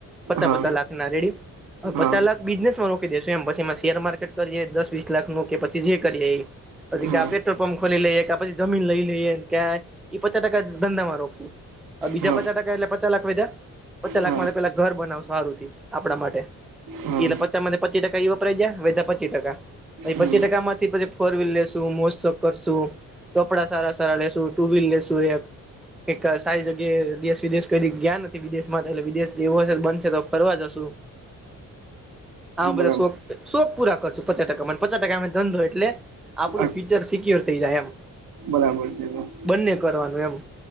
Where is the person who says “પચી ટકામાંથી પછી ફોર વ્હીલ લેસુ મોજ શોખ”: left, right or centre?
Centre